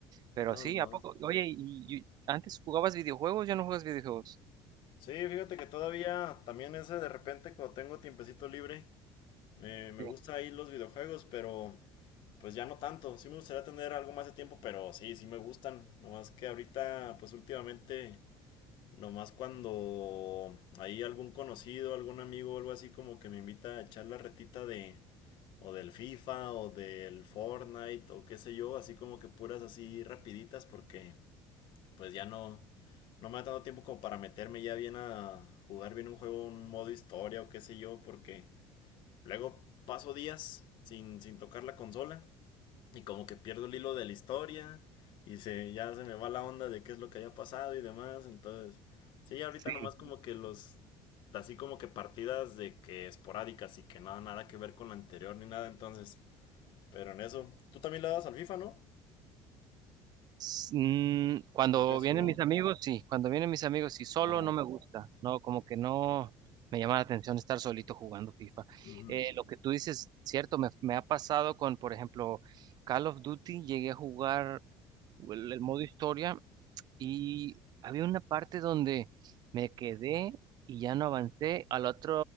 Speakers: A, on the right; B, on the left.
A: Pero
B: No,
A: sí,
B: no.
A: ¿a poco?
B: no.
A: Oye, y, y- antes jugabas videojuegos? ¿Ya no juegas videojuegos?
B: Sí, fíjate que todavía también ese de repente cuando tengo tiempecito libre, me, me
A: Sí,
B: gusta ahí los videojuegos, pero pues ya no tanto. Sí me gustaría tener algo más de tiempo, pero sí, sí me gustan. Nomás que ahorita, pues últimamente, nomás cuando hay algún conocido, algún amigo o algo así como que me invita a echar la retita de o del FIFA o del Fortnite o qué sé yo, así como que puras así rapiditas porque pues ya no no me ha dado tiempo como para meterme ya bien a jugar bien un juego, un modo historia o qué sé yo, porque luego paso días sin, sin tocar la consola y como que pierdo el hilo de la historia. Y se, ya se me va la onda de qué es lo que haya pasado y demás. Entonces, sí, ahorita
A: sí.
B: nomás como que los. Así como que partidas de que esporádicas y que nada, nada que ver con la anterior ni nada. Entonces, pero en eso. ¿Tú también le das al FIFA, no?
A: S- mm, cuando
B: O casi
A: vienen
B: no.
A: mis amigos, sí, cuando vienen mis amigos, sí, solo
B: Ajá.
A: no me gusta, no, como que no me llama la atención estar solito jugando FIFA.
B: Ujú.
A: Eh, lo que tú dices, cierto, me, me ha pasado con, por ejemplo, Call of Duty, llegué a jugar el, el modo historia y había una parte donde me quedé y ya no avancé. A la otra